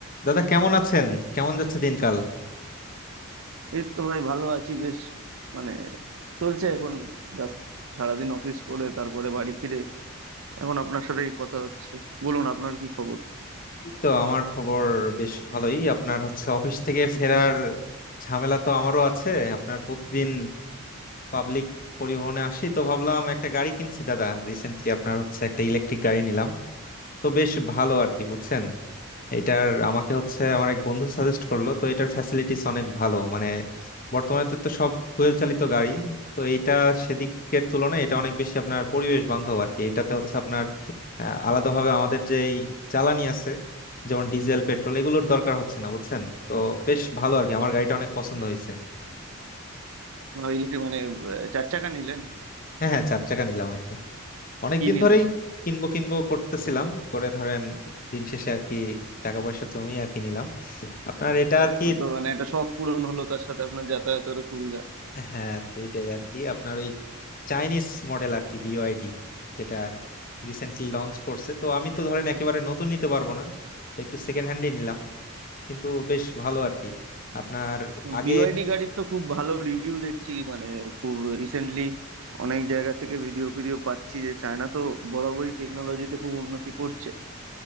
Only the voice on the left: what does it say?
দাদা কেমন আছেন কেমন যাচ্ছে দিনকাল
এই তো আমার খবর বেশ ভালোই আপনার হচ্ছে অফিস থেকে ফেরার ঝামেলা তো আমারও আছে আপনার প্রতিদিন পাবলিক পরিবহনে আসি তো ভাবলাম একটা গাড়ি কিনছি দাদা রিসেন্টলি আপনার হচ্ছে একটা ইলেকট্রিক গাড়ি নিলাম তো বেশ ভালো আর কি বুঝছেন এটার আমাকে হচ্ছে আমার এক বন্ধু সাজেস্ট করলো তো এটার ফ্যাসিলিটিস অনেক ভালো মানে বর্তমানে তো তো সব ফুয়েল চালিত গাড়ি তো এইটা সেদিকের তুলনায় এটা অনেক বেশি আপনার পরিবেশ বান্ধব আর কি এটাতে হচ্ছে আপনার আহ, আলাদাভাবে আমাদের যে এই জ্বালানি আছে যেমন ডিজেল পেট্রোল এগুলোর দরকার হচ্ছে না বুঝছেন তো বেশ ভালো আর কি আমার গাড়িটা অনেক পছন্দ হয়েছে
হ্যাঁ হ্যাঁ চার চাকা নিলাম আর কি অনেকদিন
ধরেই কিনবো কিনবো করতেছিলাম করে ধরেন দিন শেষে আর কি টাকা পয়সা জমিয়ে আর কি নিলাম আপনার এটা
আর কি
হ্যাঁ দুইটাই আর কি আপনার ওই চাইনিজ মডেল আর কি বিওআইডি যেটা রিসেন্টলি লঞ্চ করছে তো আমি তো ধরেন একেবারে নতুন নিতে পারবো না তো একটু সেকেন্ড হ্যান্ডই নিলাম কিন্তু বেশ ভালো আর কি আপনার আগে